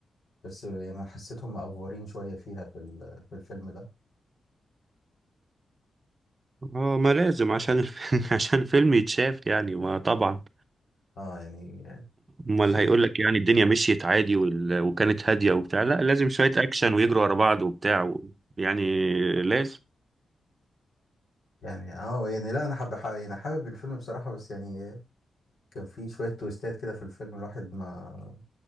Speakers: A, on the left; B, on the right.
A: بس يعني انا حسيتهم مأفورين شويه فيها في ال- في الفيلم ده
B: اه ما لازم عشان <laughs> عشان فيلم يتشاف يعني ما طبعا
A: اه يعني
B: امال
A: في
B: هيقول لك يعني الدنيا مشيت عادي وال... وكانت هاديه وبتاع لا لازم شويه اكشن ويجروا ورا بعض وبتاع و... يعني لازم
A: يعني اه يعني لا انا حابب حابب- يعني حابب الفيلم بصراحة بس يعني كان في شوية تويستات كده في الفيلم الواحد ما